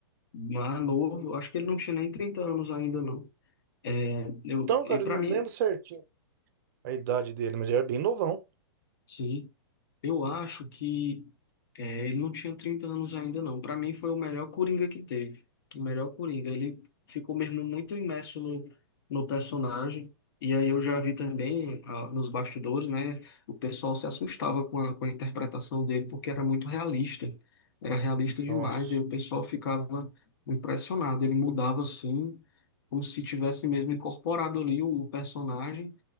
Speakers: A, on the left (about 60°); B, on the right (about 45°).
A: mais novo, acho que ele não tinha nem 30 anos ainda, não. É, eu,
B: Então,
A: e
B: cara,
A: para
B: eu não
A: mim,
B: lembro certinho a idade dele, mas ele era bem novão.
A: sim. Eu acho que é, ele não tinha 30 anos ainda, não. Para mim, foi o melhor Coringa que teve. O melhor Coringa. Ele ficou mesmo muito imerso no, no personagem. E aí eu já vi também ah, nos bastidores, né? O pessoal se assustava com a, com a interpretação dele, porque era muito realista. Era realista
B: Nossa.
A: demais. E o pessoal ficava impressionado. Ele mudava assim, como se tivesse mesmo incorporado ali o, o personagem